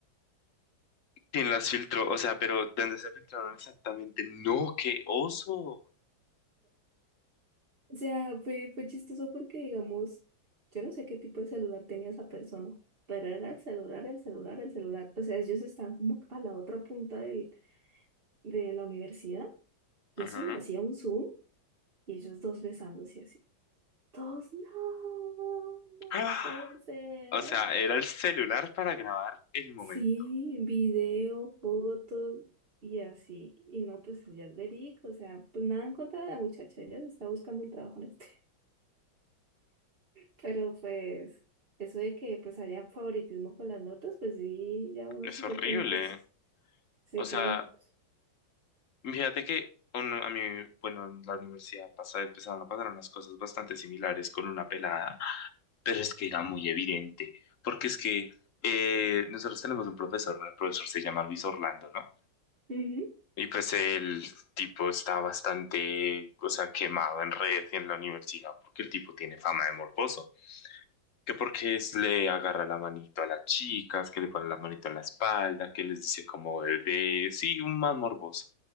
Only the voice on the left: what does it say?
¿Quién las filtró? O sea, pero ¿dónde se filtraron exactamente? No, qué oso.
Ajá.
¡Ah!
O sea, era el celular para grabar el momento.
Es
horrible.
O
sea,
fíjate que uno- a mí, bueno, en la universidad pasa, empezaron a pasar unas cosas bastante similares con una pelada. Pero es que era muy evidente, porque es que eh, nosotros tenemos un profesor, ¿no? el profesor se llama Luis Orlando, ¿no?
Y pues el tipo está bastante, o sea, quemado en redes y en la universidad, porque el tipo tiene fama de morboso. Que porque es- le agarra la manito a las chicas, que le pone la manito en la espalda, que les dice como bebé, sí, un más morboso.